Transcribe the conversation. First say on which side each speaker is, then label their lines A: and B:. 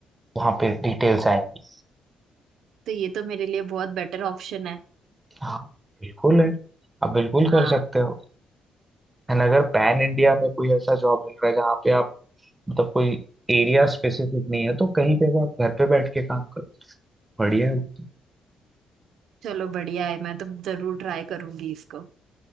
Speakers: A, on the right; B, on the right.
A: वहाँ पे डिटेल्स आएंगी
B: तो ये तो मेरे लिए बहुत बेटर ऑप्शन है
A: हाँ बिल्कुल है आप बिल्कुल
B: हाँ
A: कर सकते हो एंड अगर पैन इंडिया में कोई ऐसा जॉब मिल रहा है जहाँ पे आप मतलब कोई एरिया स्पेसिफिक नहीं है तो कहीं पे भी आप घर पे बैठ के काम करो बढ़िया है वो तो
B: चलो बढ़िया है मैं तो जरूर ट्राई करूंगी इसको